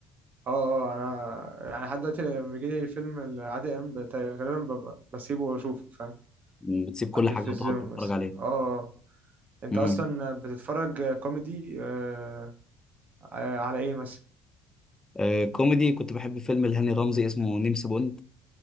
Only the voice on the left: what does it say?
مم، بتسيب كل
حاجة وتقعد تتفرج
عليها
مم.
آه، كوميدي كنت بحب فيلم لهاني رمزي اسمه نمس بوند